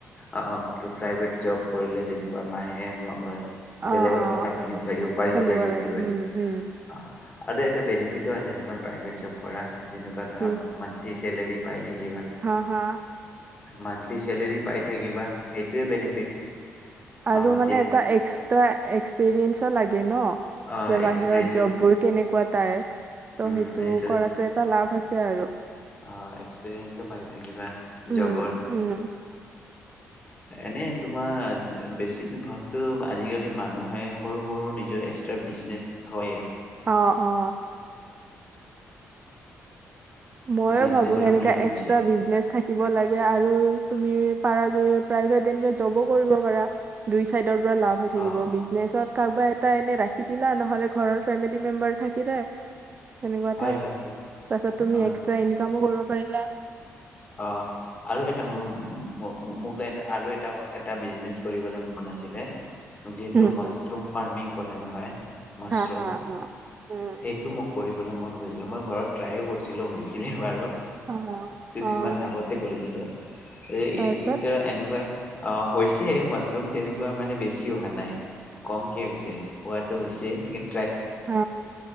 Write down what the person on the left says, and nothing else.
অ' অ'। প্ৰাইভেট জব কৰিলে যেনেকুৱা মাহে <unintelligible>
বেলেগৰ
কথা শুনিব লাগিব পাৰিব
লাগিব
বুলি কৈছে।
অ'! আৰু এটা বেনিফিটো আছে তোমাৰ প্ৰাইভেট জব কৰা। যেনেকুৱা ধৰা
মান্থলি চেলেৰী। পাই থাকিবা
মান্থলি চেলেৰী পাই থাকিবা। সেইটোৱে বেনিফিট।
মাহতি
অ
এক্সপিৰিয়েঞ্চো
উম
সেইটোৱে
অ এক্সপিৰিয়েঞ্চো পাই থাকিবা
জবৰ।
এনে তোমাৰ বেছি ভাগতো আজিকালি মানুহে সৰু সৰু নিজৰ এক্সট্ৰা বিজনেচ থয়ে।
বিজনেছ
কৰিম
বুলি ভাবিছা
অ
হয়
হয় তে
অ
অ আৰু এটা মোৰ আৰু এটা ম এটা বিজনেছ কৰিবলৈ মন আছিলে। যিহেতু
মাছৰুম
ফাৰ্মিং কৰে নহয়। মাছৰুম
সেইটো মোক কৰিবলৈ মন গৈ মই ঘৰত ট্ৰাইও কৰিছিলো হৈছিলে বাৰু।
দিন
মান আগতে পিছিল
ইন ফিউচাৰ এনেকুৱাই। অ হৈছে মাছৰুম তেনেকুৱা মানে বেছি অহা নাই। কম কি হৈছে হোৱাতো হৈছে। দে নেকিম।